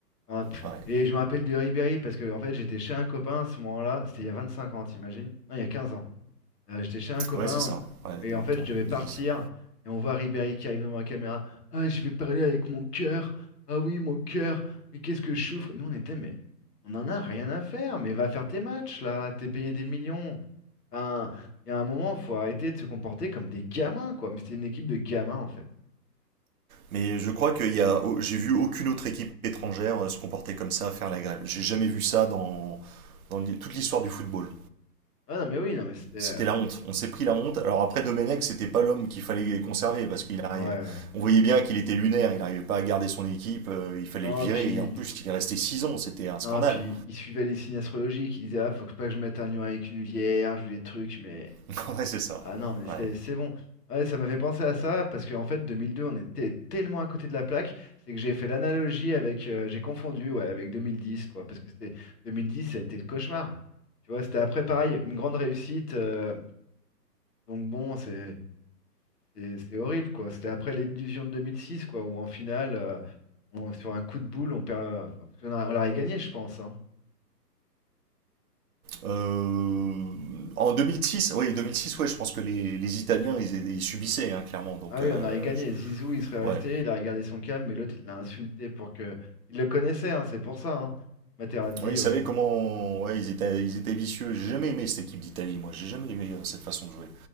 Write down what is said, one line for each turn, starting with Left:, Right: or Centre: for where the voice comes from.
Left: hein, pff,
Right: Ouais,
Left: et je me rappelle de Ribéry parce que en fait j'étais chez un copain à ce moment-là, c'était il y a 25 ans, t'imagines? Non, il y a 15 ans. Euh, j'étais chez un copain
Right: ouais c'est ça,
Left: on-
Right: ouais,
Left: et
Right: 2015,
Left: en fait je devais
Right: 2010.
Left: partir
Right: ouais.
Left: et on voit Ribéry qui arrive devant la caméra. Ah, je vais parler avec mon cœur. Ah oui, mon cœur. Mais qu'est-ce que je souffre? Nous on était mais on en a rien à faire. Mais va faire tes matchs là. T'es payé des millions. Enfin, il y a un moment faut arrêter de se comporter comme des gamins quoi. Mais c'était une équipe de gamins en fait.
Right: Mais je crois qu'il y a. au- J'ai vu aucune autre équipe étrangère euh, se comporter comme ça, faire la grève. J'ai jamais vu ça dans, dans l'hi- toute l'histoire du football.
Left: Ah non mais oui non mais c'était euh,
Right: C'était la honte. On s'est pris la honte. Alors après, Domenech, c'était pas l'homme qu'il fallait conserver parce qu'il arrive.
Left: ah ouais.
Right: On voyait bien qu'il était lunaire. Il n'arrivait pas à garder son équipe. euh, il fallait
Left: Non
Right: le virer.
Left: puis
Right: Et en plus, il est resté 6 ans. C'était un scandale.
Left: non puis ils suivaient les signes astrologiques. Ils disaient ah faut pas que je mette un lion avec une vierge ou des trucs mais.
Right: <laughs> Ouais, c'est ça.
Left: Ah non, mais c'est
Right: Ouais.
Left: c'est bon. Ouais, ça m'a fait penser à ça parce qu'en fait, 2002, on était tellement à côté de la plaque, c'est que j'ai fait l'analogie avec, euh, j'ai confondu, ouais, avec 2010, quoi, parce que c'était 2010, ça a été le cauchemar. Tu vois, c'était après pareil, une grande réussite. euh, donc bon, c'est c'est c'est horrible, quoi. C'était après l'illusion de 2006, quoi, où en finale, euh, on- sur un coup de boule, on perd. euh, enfin, parce qu'on a- on l'aurait gagné, je pense. hein.
Right: Euh, en 2006, oui, 2006, ouais, je pense que les, les Italiens, ils, ils subissaient, hein, clairement. Donc,
Left: Ah oui,
Right: euh,
Left: on aurait gagné.
Right: je-
Left: Zizou, il serait resté,
Right: ouais.
Left: il a regardé son cam. mais l'autre, il l'a insulté pour que. Il le connaissait, hein, c'est pour ça. Hein. Materazzi,
Right: Ouais, ils savaient
Left: ouais.
Right: comment. Ouais, ils étaient, ils étaient vicieux. J'ai jamais aimé cette équipe d'Italie, moi. J'ai jamais aimé euh, cette façon de jouer.